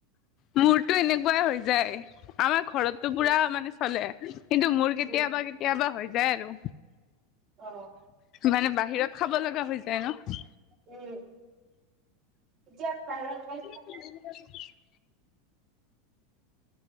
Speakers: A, on the left; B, on the right.
A: মোৰতো এনেকুৱাই হৈ যায়। আমাৰ ঘৰতটো
B: উম
A: পুৰা মানে চলে। কিন্তু মোৰ কেতিয়াবা
B: উম,
A: কেতিয়াবা হৈ যায় আৰু।
B: অ
A: মানে বাহিৰত খাব লগা হৈ যায় ন।
B: উম এতিয়া বাহিৰত গৈ
A: <inaudible>